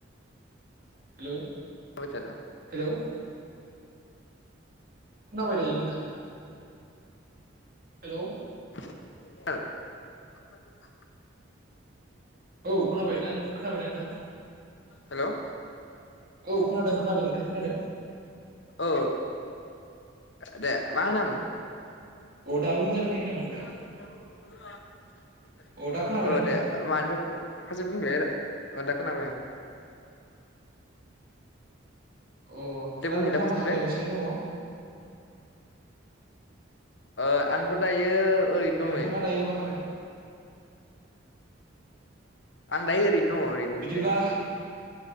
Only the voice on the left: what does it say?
<unintelligible>
<unintelligible>
हेलौ,
औ दे मा होनोमोन
<unintelligible>
औ
दे मानो बे माखासो बुंल खोनाबाय आं
दे
बुंफिनलाय
फार्स्टनिफ्राय
ओ आंथ' दायो ओरैनो दं
नै
आं दायो ओरैनो दंङ ओरैनो
जिरायना दं